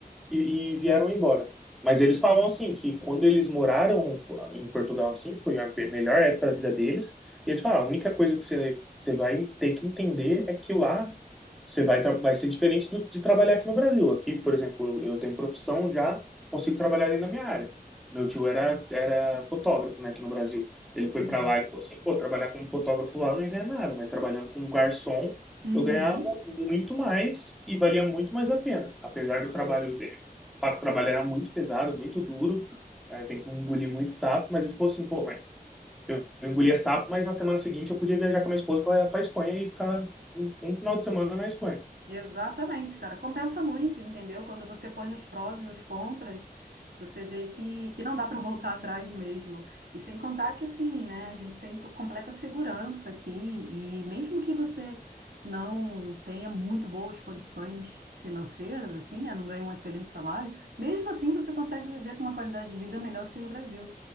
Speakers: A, in the centre; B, on the right.
A: e, e vieram embora. Mas eles falam assim que quando eles moraram em Portugal, assim, foi a pe- melhor época da vida deles. E eles falam, "Ah, a única coisa que você, você vai ter que entender é que lá você vai, tra- vai ser diferente do, de trabalhar aqui no Brasil. Aqui, por exemplo, eu tenho profissão já, consigo trabalhar dentro da minha área. Meu tio era, era fotógrafo, né, aqui no Brasil. Ele foi
B: Uhum.
A: para lá e falou assim, pô, trabalhar como fotógrafo lá eu não ia ganhar nada, mas trabalhando como garçom
B: Uhum.
A: eu ganhava muito mais e valia muito mais a pena. Apesar do trabalho
B: Uhum.
A: dele fato, o trabalho era muito pesado, muito duro, é, tem que engolir muito sapo, mas ele falou assim, pô, mas eu, engolia sapo, mas na semana seguinte eu podia viajar com a minha esposa para para Espanha e ficar um, um final de semana na Espanha.
B: Exatamente, cara. Compensa muito, entendeu? Quando você põe os prós e os contras, você vê que, que não dá para <laughs> voltar atrás mesmo. E sem contar que, assim, né, a gente tem to- completa segurança aqui, e mesmo que você não tenha muito boas condições financeiras, assim, né, não ganhe um excelente salário, mesmo assim você consegue viver com uma qualidade de vida melhor do que no Brasil.